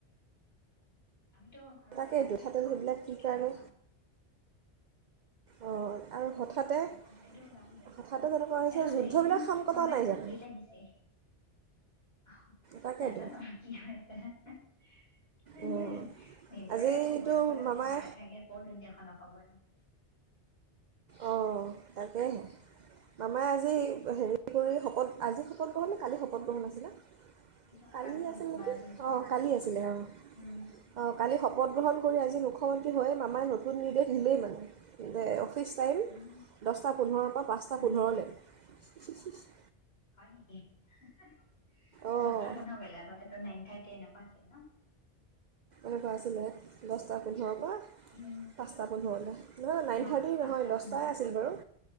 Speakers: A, on the left (about 60°); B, on the right (about 55°).
A: আমিতো ঘৰৰ
B: তাকেইতো
A: পেৰা তেলে
B: মিঠাতেল
A: খাওঁ,
B: সেইবিলাক কি
A: তেনেকুৱা।
B: কাৰণে অঁ আৰু হঠাতে
A: গম পোৱা নাই সেইটো দাম বহুত-বহুত
B: কথাটো তেনেকুৱা
A: বাঢ়িছে,
B: হৈছে যুদ্ধবিলাক
A: সেই হেৰি,
B: শাম কটা
A: মামাই
B: নাই
A: দেখোন
B: জানো
A: ফ্ৰীতে দিছেই <unintelligible>
B: তাকেতো
A: নাজানো আৰু কি হৈ আছে নিজৰে
B: অঁ আজিতো
A: খবৰ লবলৈ
B: মামাই
A: সময় নাথাকে, ক'ৰ দুুনীয়াখনৰ খবৰ লম। <unintelligible>
B: অ', তাকেহে, মামাই আজি <unintelligible> <unintelligible> শপত গ্ৰহণ আছিলে,
A: যোৱাকালি
B: কালি
A: হৈছে
B: আছিল নেকি?
A: বাৰ তাৰিখে
B: অ' কালি আছিলে, অ'
A: উম
B: অ' কালি
A: উম।
B: শপতগ্ৰহণ কৰি আজি মুখ্যমন্ত্ৰী হৈয়ে, মামাই নতুন নিৰ্দেশ দিলেই মানে যে ফ্ৰী ষ্টাইল
A: উম
B: দছটা পোন্ধৰৰ পৰা পাঁচটা
A: উম
B: পোন্ধৰলৈ। <unintelligible>
A: হয় নেকি? দছটা
B: অঁ
A: পোন্ধৰ কৰিলে, আগতেটো নাইন থাৰ্টি তেনেকুৱা আছিল ন?
B: এনেকুৱা আছিলে, দছটা পোন্ধৰৰ পৰা
A: উম,
B: পাঁচটা পোন্ধৰলৈ, নহয় নাইন
A: ন
B: থাৰ্টি
A: পাঁচটা
B: নহয়,
A: পোন্ধৰ
B: দছটাই আছিল বাৰু।